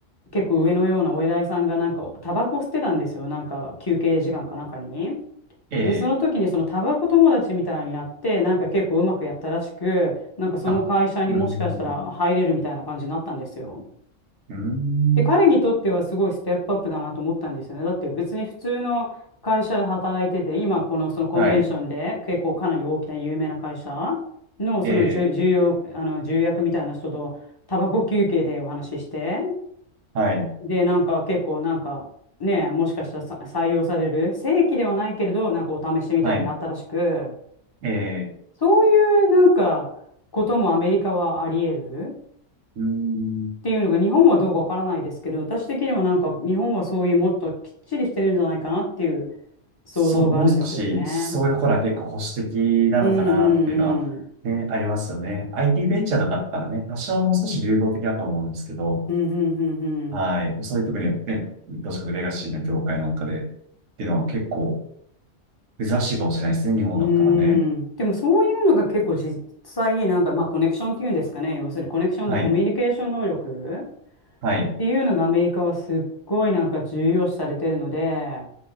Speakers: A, on the left; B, on the right.
A: 結構上のようなお偉いさんが、なんか、タバコ吸ってたんですよ。なんか、休憩時間かなんかに。
B: ええ、
A: で、その時に、そのタバコ友達みたいになって、なんか結構うまくやったらしく、なんかその会社にもしかしたら入れるみたいな感じになったんですよ。
B: あ、うん。うん。
A: で、彼にとってはすごいステップアップだなと思ったんですよね。だって別に普通の会社で働いてて、今このそのコンベンションで結構かなり大きな有名な会社
B: はい。
A: のその重重要、
B: ええ、
A: あの重役みたいな人とタバコ休憩でお話しして、
B: はい。
A: で、なんか結構なんかね、もしかしたらさ採用される、正規ではないけれど、なんかお試しみたいになったらしく、
B: はい。ええ、
A: そういうなんかこともアメリカはあり得る。
B: うん。
A: っていうのが日本はどうかわからないですけど、私的にはなんか日本はそういうもっときっちりしてるんじゃないかなっていう想像があるんですよね。
B: そう、もう少し、そういうとこら結構保守的なのかなっていうのは、
A: うんうんうん。
B: ね、ありますよね。IT ベンチャーとかだったらね、多少もう少し流動的だと思うんですけど、
A: うんうんうん
B: はい。そういう特にね、どちらかレガシーな業界なんかで、っていうのは結構珍しいかもしれないですね。日本だったらね。
A: うん。うーん。でもそういうのが結構実際なんかまあコネクションっていうんですかね。要するにコネクションとコミュニケーション能力っ
B: はい。はい。
A: ていうのがアメリカはすっごいなんか重要視されてるので、